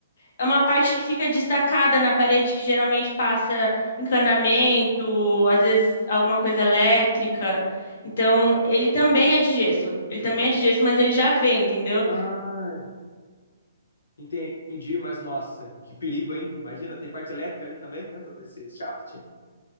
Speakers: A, on the left (about 55°); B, on the left (about 85°).
A: é uma parte que fica destacada na parede que geralmente passa encanamento, às vezes alguma coisa elétrica. Então, ele também é de gesso. Ele também é de gesso, mas ele já vem, entendeu?
B: Ah, Entendi, mas nossa, que perigo, hein? Imagina, tem parte elétrica ali também dentro desse shaft?